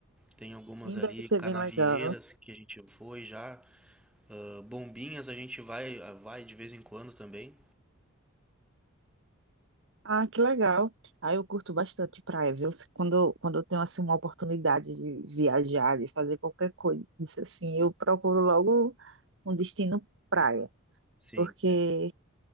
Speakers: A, in the centre; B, on the right (about 55°).
A: Tem algumas
B: Sim,
A: ali,
B: deve ser
A: Canavieiras
B: bem legal.
A: que a gente foi já, Ah, Bombinhas a gente vai vai de vez em quando também.
B: Ah, que legal. Ah, eu curto bastante praia, viu? Se- Quando, eu- quando eu tenho assim uma oportunidade de viajar, de fazer qualquer coisa, isso assim, eu procuro logo um destino praia,
A: Sim,
B: porque
A: é,